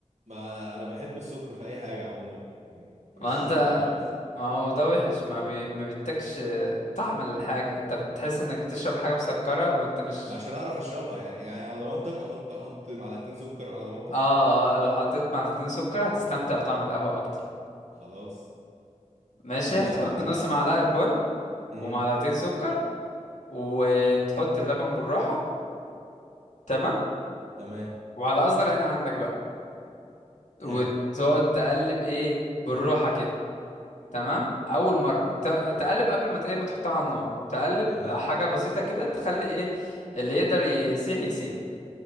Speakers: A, on the right; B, on the left.
A: ما انا بحب السكر في اي حاجه عموما يعني
B: <laughs>
A: مش
B: ما انت
A: في القهوه بس
B: ما هو ده وحش ما بي... ما بيدكش طعم الحاجة انت بتحس انك بتشرب حاجة مسكرة وانت مش
A: ما عشان اعرف اشربها يعني يعني على ضمانتك احط احط معلقتين سكر على ضمانتك
B: اه لو حطيت معلقتين سكر هتستمتع بطعم القهوة اكتر
A: خلاص
B: ماشي
A: ماشي
B: هتحط
A: خلاص انا
B: نص معلقة بن
A: امم
B: ومعلقتين سكر وتحط اللبن بالراحة تمام
A: تمام
B: وعلى أصغر عين عندك بقى وتقعد
A: حلو
B: تقلب إيه بالراحة كده تمام أول مرة ت- تقلب قبل ما ت- إيه ما تحطها على النار تقلب
A: تمام
B: حاجة بسيطة كده تخلي إيه اللي يقدر يسيح يسيح